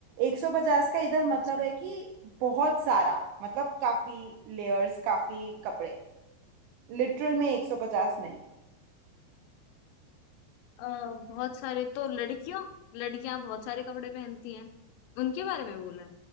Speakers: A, on the right; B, on the left.
A: 150 का इधर मतलब
B: अच्छा
A: है कि बहुत सारा मतलब काफी लेयर्स काफी कपड़े लिटरल में 150 नहीं
B: अ, बहुत सारे तो लड़कियों लड़कियां बहुत सारे कपड़े पहनती हैं उनके बारे में बोल रहे